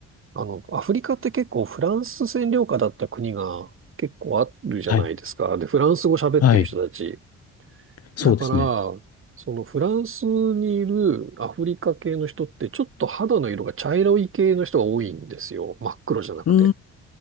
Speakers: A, on the right; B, on the left.
A: あの、アフリカって結構フランス占領下だった国が結構あるじゃないですか。
B: はい。
A: で、フランス語喋ってる人たち。
B: はい。そうですね。
A: だから、そのフランスにいるアフリカ系の人ってちょっと肌の色が茶色い系の人が多いんですよ。真っ黒じゃなくて。
B: うー